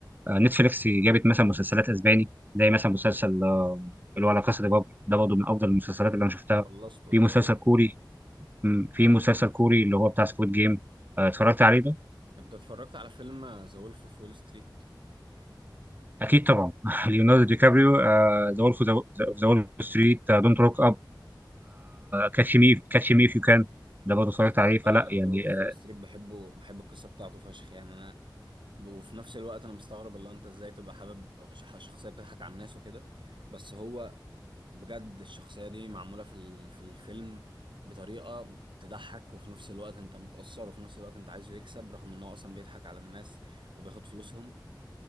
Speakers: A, on the right (about 25°); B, on the right (about 85°).
A: آه، نتفليكس جابت مثلا مسلسلات اسباني زي مثلا مسلسل آه، اللي هو لا كاسا دي بابل ده برضه من افضل المسلسلات اللي انا شفتها
B: خلصته
A: في
B: ده
A: مسلسل
B: برضه
A: كوري مم، في مسلسل كوري اللي هو بتاع سكويد جيم اتفرجت عليه ده
B: انت اتفرجت على فيلم ذا وولف اوف وول ستريت
A: اكيد طبعا <laughs> ليوناردو دي كابريو ذا وولف ذا وول ستريت دونت روك اب كاتش مي كاتش مي اف يو كان ده برضه اتفرجت عليه فلا
B: انا
A: يعني
B: ذا وولف
A: آه،
B: فول ستريت بحبه بحب القصه بتاعته فشخ يعني انا وفي نفس الوقت انا مستغرب اللي هو انت ازاي تبقى حابب شخ- شخصيه بتضحك على الناس وكده بس هو بجد الشخصيه دي معموله في ال- في الفيلم بطريقه تضحك وفي نفس الوقت انت متاثر وفي نفس الوقت انت عايزه يكسب رغم ان هو اصلا بيضحك على الناس وبياخد فلوسهم